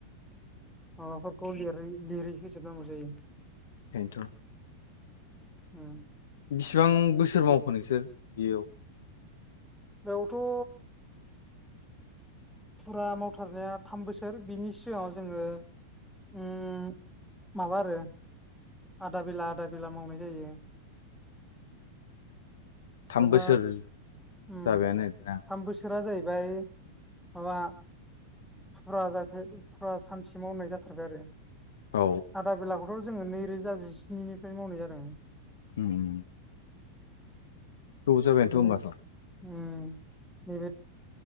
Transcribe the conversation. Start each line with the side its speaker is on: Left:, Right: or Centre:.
Centre: माबाफोरखौ लिरै लिरै होजोबनांगौ जायो।
Left: बेनथ'।
Centre: उम।
Left: बेसिबां बोसोर मावखो नोंसोर बेयाव?
Centre: बेयावथ' फुरा मावथारनाया थाम बोसोर बिनि सिगाङाव जोङो उम माबा आरो आदा बेला आदा बेला मावनाय जायो।
Left: थाम
Centre: <unintelligible>
Left: बोसोर
Centre: उम
Left: जाबायानो आरोना
Centre: थाम बोसोर आ जाहैबाय माबा फुरा जासे फुरा सानसे मावनाय जाथारबाय आरो।
Left: औ
Centre: आदा बेलाखौथ' जोङो नैरोजा जिस्निनिफ्रायनो मावनाय जादों।
Left: उम। जाबायानोथ'
Centre: बिदिनो
Left: होनबाथ'
Centre: उम नैबे